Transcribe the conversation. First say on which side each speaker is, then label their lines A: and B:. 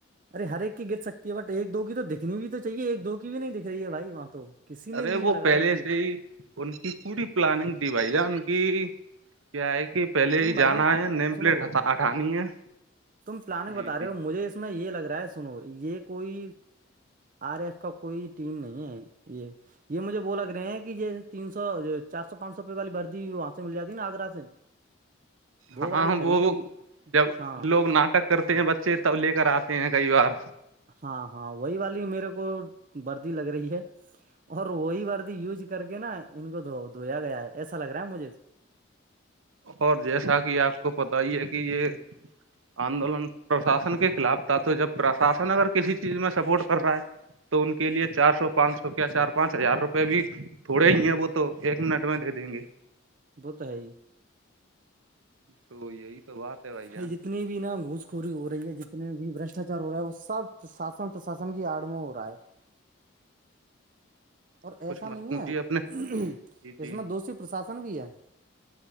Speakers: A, on the right (about 40°); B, on the right (about 80°).
A: ارے ہر ایک کی گت سکتی ہے بٹ ایک دو کی تو دکھنی بھی تو چاہیے ایک دو کی بھی نہیں دکھ رہی ہے بھائی وہاں تو کسی نے
B: ارے
A: بھی نہیں
B: وہ
A: لگا
B: پہلے
A: رکھی
B: سے
A: ہے
B: ہی ان کی پوری پلاننگ دی بائی جان کی کیا ہے کہ پہلے
A: تم
B: ہی
A: بھائی
B: جانا
A: جان
B: ہے نیم
A: سنو
B: پلیٹ ہٹ ہٹانی ہے
A: تم پلاننگ
B: جی
A: بتا
B: جی
A: رہے ہو مجھے اس میں یہ لگ رہا ہے سنو یہ کوئی آر ایف کا کوئی ٹیم نہیں ہے یہ یہ مجھے ب لگ رہے ہیں کہ یہ <unintelligible> تین سو چار سو پانچ سو روپے والیردی وہاں سے مل جاتی نا آگرہ سے
B: ہاں
A: والی خریدی
B: وہ
A: ہوئی
B: جب
A: ہاں
B: لوگ ناٹک <unintelligible> کرتے ہیں بچے تب لے کر آتے ہیں کئی بار
A: ہاں ہاں وہی والی میرے کو بردی لگ رہی ہے اور وہی وارد یوز کر کے نا ان کو د دھویا گیا ہے ایسا لگ رہا ہے مجے
B: اور جیسا کہ آپ کو پت ہی ہے کہ یہ آندولن پرشاسن کے خلاف تھا تو جب پرشاسن اگر کسی چیز میں سپورٹ کر رہا ہے تو ان کے لیے چار سو <unintelligible> پانچ سو کیا
A: جی
B: چار پانچ ہزار روپئے بھی تھوڑے ہی ہیں وہ تو ایک منٹ میں دے دیں گے
A: بت ہے ہی <unintelligible>
B: تو یہی تو بات ہے بھائی
A: خ
B: جان
A: ج <unintelligible> جتنی بھی نا گھسخوری ہو رہی ہے جتنے بھی برشٹاچار ہو رہا ہے وہ سب شاسن پرشاسن کی آڑ میں ہو رہا ہے
B: <unintelligible>
A: اور
B: کچھ
A: ایسا
B: مت
A: نہیں
B: پوچھیے
A: ہے
B: اپنے جی جی
A: اس میں دوشری پرشاسن بھی ہے